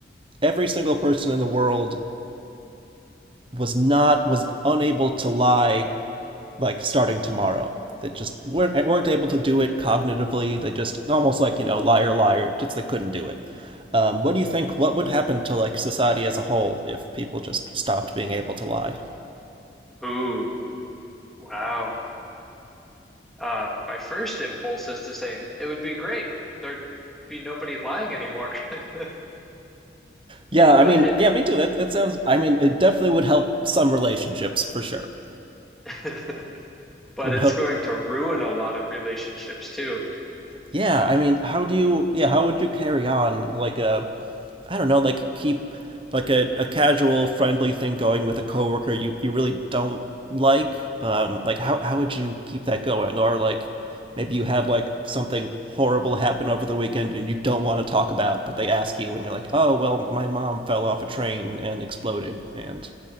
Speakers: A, on the right; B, in the centre.
A: every single person in the world was not, was unable to lie like starting tomorrow. they just weren't, weren't able to do it cognitively. They just almost like you know liar liar. Just they couldn't do it. Um, what do you think? What would happen to like society as a whole if people just stopped being able to lie?
B: Ooh, wow. Uh, my first impulse is to say it would be great. There'd be nobody lying anymore. <laughs>
A: Yeah, I
B: But
A: mean, yeah, me too. That that sounds. I mean, it definitely would help some relationships for sure.
B: <laughs> but
A: It would
B: it's
A: help.
B: going to ruin a lot of relationships too.
A: Yeah, I mean, how do you? Yeah, how would you carry on like a I don't know, like keep like a, a casual friendly thing going with a coworker you, you really don't like? Um, like how how would you keep that going? Or like maybe you had like something horrible happen over the weekend and you don't want to talk about, but they ask you and you're like, Oh, well, my mom fell off a train and exploded and